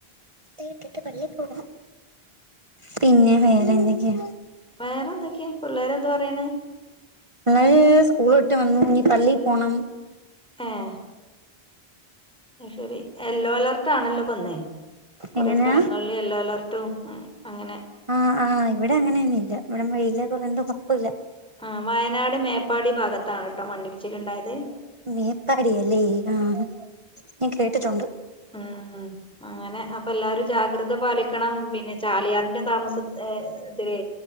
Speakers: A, on the right; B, in the centre.
A: <unintelligible> ഇട്ട്ട്ട് പള്ളി പോവണം പിന്നെ വേറ എന്തക്കെ
B: വേറ എന്തൊക്കെ പിള്ളേര് എന്ത് പറിണ്
A: പിള്ളേര് സ്കൂള് വിട്ട് വന്ന് ഇനി പള്ളീപോണം
B: ഏഹ് അത് ശെരി യെല്ലോ അലർട്ടാണല്ലോ ഇപ്പന്ന് കൊറേ
A: എങ്ങനാ
B: സ്ഥലങ്ങളില് യെല്ലോ അലർട്ടും അങ്ങനെ
A: ആഹ് ആഹ് ഇവിടെ അങ്ങനെയൊന്നും ഇല്ല ഇവിടെ വെയിലൊക്കെ ഉള്ളോണ്ട് കൊഴപ്പുല്ല
B: ആഹ് വയനാട് മേപ്പാടി ഭാഗത്താണ് ട്ടോ മണ്ണിടിച്ചൽ ഇണ്ടായത്
A: മേപ്പാടി അല്ലേ ആഹ് ഞാ കേട്ടിട്ടുണ്ട്
B: ഉം അങ്ങനെ അപ്പ എല്ലാരും ജാഗ്രത പാലിക്കണം പിന്നെ ചാലിയാറിന്റെ താമസ ഏഹ് എന്ത്ച്ചാല്